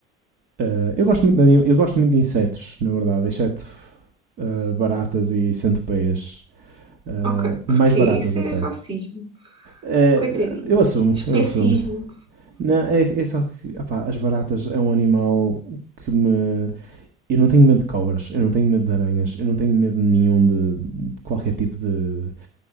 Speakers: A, on the right; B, on the right.
A: Ah, eu, gosto muito de anim- eu gosto muito de insetos, na verdade, exceto ah, baratas e centopeias. Ah,
B: Ok, porque
A: mais baratas
B: isso
A: até.
B: é racismo.
A: Ah,
B: Coitadinhas.
A: eu assumo,
B: Especismo.
A: eu assumo. Não, é, é só que opá, as baratas é um animal que me eu não tenho medo de cobras, eu não tenho medo de aranhas, eu não tenho medo nenhum de, de qualquer tipo de,